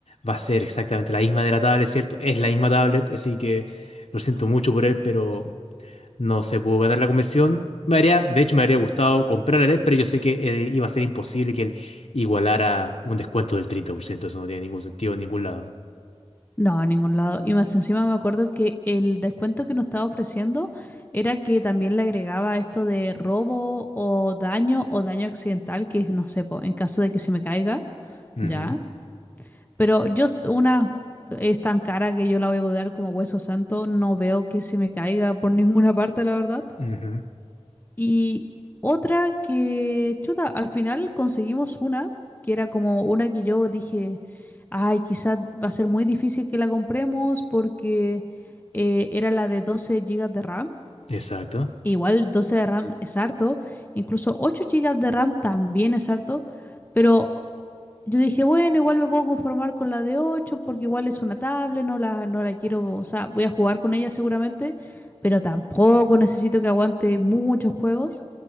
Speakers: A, on the left; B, on the left.
A: va a ser exactamente la misma de la tablet, ¿cierto? Es la misma tablet, así que lo siento mucho por él, pero... No se pudo ganar la convención. Me haría, de hecho, me habría gustado comprar la LED, pero yo sé que eh, iba a ser imposible que él igualara un descuento del treinta por ciento Eso no tiene ningún sentido en ningún lado.
B: No, a ningún lado. Y más encima me acuerdo que el descuento que nos estaba ofreciendo era que también le agregaba esto de robo o daño o daño accidental, que es, no sé, po, en caso de que se me caiga,
A: Ujú,
B: ya. Pero yo, s- una es tan cara que yo la voy a cobrar como hueso santo, no veo que se me caiga por <laughs> ninguna parte, la verdad.
A: ujú.
B: Y otra que, chuta, al final conseguimos una, que era como una que yo dije, ay, quizás va a ser muy difícil que la compremos porque eh, era la de 12 gigas de RAM.
A: Exacto.
B: e Igual 12 de RAM es harto, incluso 8 gigas de RAM también es harto, pero yo dije, bueno, igual me puedo conformar con la de 8 porque igual es una tablet, no la, no la quiero, o sea, voy a jugar con ella seguramente, pero tampoco necesito que aguante muchos juegos.